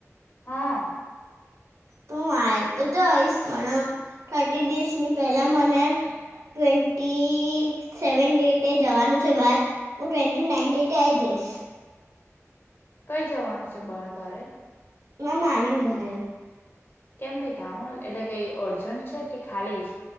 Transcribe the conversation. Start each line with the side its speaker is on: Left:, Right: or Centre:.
Left: હા
Right: તું આય તો જઈશ પણ થર્ટી દસની પેલા મને ટ્વેન્ટી સેવન ડેટે જવાનું છે બહાર હું ટ્વેન્ટી નાઈન ડેટે આઈ જઈશ.
Left: કઈ જવાનું છે બાહર તારે
Right: મારા મામીને ઘરે
Left: કેમ કઈ કામ એટલે કઈ અર્જન્ટ છે કે ખાલીજ